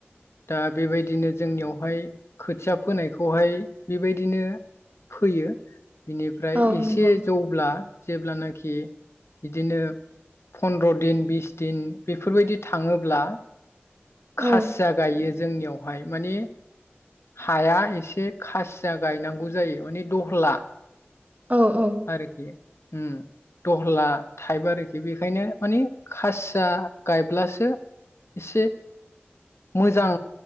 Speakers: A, on the left (about 80°); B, on the right (about 35°).
A: दा बेबायदिनो यावहाय खोथिया फोनायखौहाय बेबायदिनो फैयो। बेनिफ्राय
B: औ
A: एसे
B: नंगौ
A: जौब्ला जेब्लानाखि बिदिनो फन्द्र' दिन बिस दिन बेफोरबायदि थाङोब्ला
B: औ
A: खासिया गायो जोंनियावहाय मानि हाया एसे खासिया गायनांगौ जायो माने दह'ला
B: औ औ
A: आरोखि। उम, दह'ला थाइफ आरोखि बेखायनो माने खासिया गायब्लासो एसे मोजां